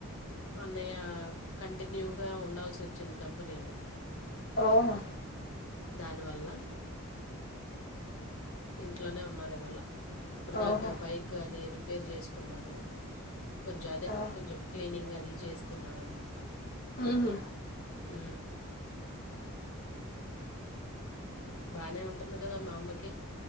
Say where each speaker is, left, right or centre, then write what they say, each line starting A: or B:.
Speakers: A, on the left; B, on the left.
A: అన్నయ్య కంటిన్యూగా ఉండాల్సి వచ్చింది కంపెనీలో
B: ఓహో
A: దానివల్ల ఇంట్లోనే ఉన్నారు ఇవాళ ఇప్పుడు దాకా
B: ఓహో
A: బైక్ అది రిపేర్ చేసుకున్నారు కొంచెం అదే
B: ఓ
A: కొంచెం క్లీనింగ్ అది చేసుకున్నారనమాట
B: ఊహు
A: ఉ బానే ఉంటుంది కదా మా అమ్మకి